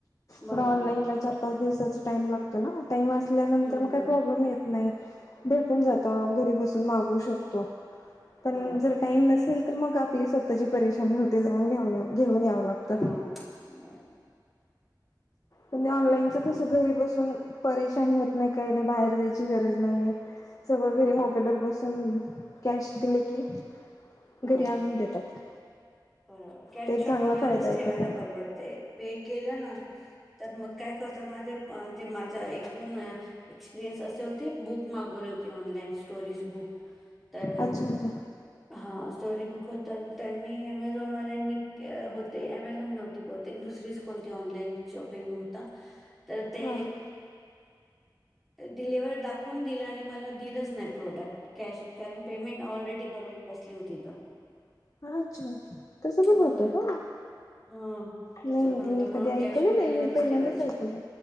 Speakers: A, in the centre; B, on the left.
A: बराबर.
B: थोड ऑनलाईनला चार पाच दिवसात टाइम लागतो ना. टाइम असल्यानंतर
A: हम्म.
B: मग काय प्रॉब्लेम येत नाइ. भेटून जात घरी बसून मागवू शकतो. पण
A: बराबर
B: जर टाईम
A: बर
B: नसे तर मग आपली स्वतःची परेशानी होते जाऊन घेऊन येऊ घेऊन यावं लागतं.
A: हो बर
B: पण हे ऑनलाईनच
A: अगदी बर
B: कस घरी बसून परेशानी होत नाय काय नाइ बाहेर जायची गरज नाहीये. सगळं
A: हो
B: घरी मोबाईलवर बसु हम्म कॅश दिले की घरी
A: हा
B: आणून देतात.
A: बर कॅश
B: तर एक चांगला
A: ऑन डिलव्हरीच
B: फायदा आहे
A: ठेवायला
B: त्याचा
A: परवडतय पे केलं ना तर मग काय करतात माहितय? माझे माझ एक दोन एक्सपिरयन्स अस बुक मागवली होती, ऑनलाईन स्टोरीज बुक तर
B: अच्छा अच्छा
A: हा स्टोरी बुक हो तर त्यांनी अमेझॉनवाल्यांनी होते. अमेझॉन नव्हती बहु दुसरीच कोणती ऑनलाईन शॉपिंग होता, तर ते
B: हा हा.
A: डिलिव्हर्ड दाख खून दिल आणि मला दिलंच नाय. प्रोडक्ट कॅश कारण पेमेंट ऑलरेडी करून बस क्लिक होती हित
B: <unintelligible> पण
A: हम्म,
B: होतं का
A: हा
B: नाही
A: तस
B: नाही
A: पण होत
B: मी
A: म्हणून
B: कधी ऐकलं
A: कॅश ऑन डिलिव्हरी
B: नाही मी पहिल्यांदाच
A: ठेवायची.
B: ऐकलं